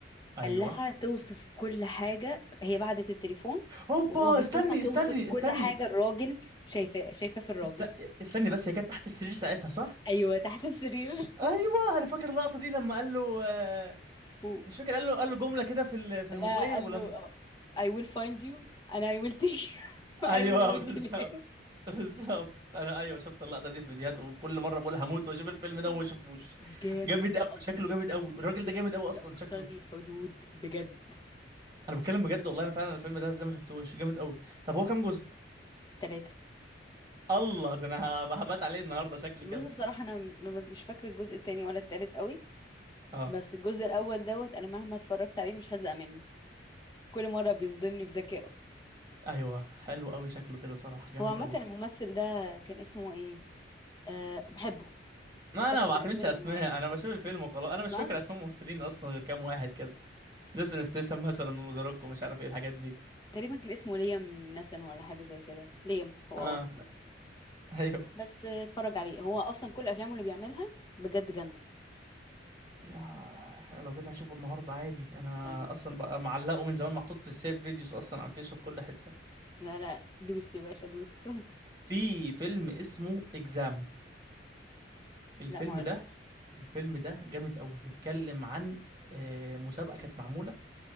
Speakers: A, on the right (about 20°); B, on the left (about 20°).
A: ايوه
B: قال لها توصف كل حاجة هي بعدت التليفون
A: اوبا
B: وهو بيخطفها
A: استني
B: توصف
A: استني
B: كل
A: استني
B: حاجة الراجل شايفة شايفة في الراجل
A: است... استني بس هي كانت تحت السرير ساعتها صح
B: ايوه تحت السرير <laughs>
A: ايوه انا فاكر اللقطه دي لما قال له آه،
B: و-
A: مش فاكر قال له قال له جمله كده في ال- في الموبايل
B: لا قال
A: ولما
B: له آه، I will find you and I will take you <laughs> and
A: ايوه
B: I will
A: <laughs> بالظبط
B: kill
A: بالظبط انا ايوه شفت اللقطه دي في فيديوهات وكل مره بقول هموت واشوف الفيلم ده
B: you
A: وما اشوفوش
B: جامد
A: جامد
B: لأقصى
A: قوي شكله جامد قوي الراجل ده
B: جامد
A: جامد قوي
B: لأقصى
A: اصلا شكله
B: الحدود بجد
A: انا بتكلم بجد والله انا فعلا الفيلم ده ازاي ما شفتوش جامد قوي طب هو كام جزء
B: ثلاثة
A: الله ده انا هب- هبات عليه النهارده شكلي
B: بص
A: كده
B: الصراحة أنا م- م- مش فاكرة الجزء التاني ولا التالت قوي
A: اه
B: بس الجزء الأول دوت أنا مهما اتفرجت عليه مش هزهق منه كل مرة بيصدمني بذكائه
A: ايوه حلو قوي شكله كده صراحه جامد
B: هو عامة
A: قوي
B: الممثل ده كان اسمه إيه أه بحبه
A: ما
B: مش فاكرة
A: انا ما بعتمدش
B: تقريبا
A: اسماء
B: آه،
A: انا بشوف الفيلم وخلاص انا مش
B: صح
A: فاكر اسماء ممثلين اصلا غير كام واحد كده جيسون ستاثام مثلا وزاروكو مش عارف ايه الحاجات دي
B: تقريبا كان اسمه ليام نسن ولا حاجة زي كده ليام هو
A: اه
B: اه
A: <laughs> ايوه
B: بس آه، اتفرج عليه هو أصلا كل أفلامه اللي بيعملها بجد جامدة
A: يا لو كده هشوفه النهارده عادي انا
B: أم،
A: اصلا بقى معلقه من زمان محطوط في السيف فيديوز اصلا على الفيس وفي كل حته
B: لا لا دوس يا باشا دوس <laughs>
A: في فيلم اسمه اكزام الفيلم
B: لا معرفوش
A: ده الفيلم ده جامد قوي بيتكلم عن آه، مسابقه كانت معموله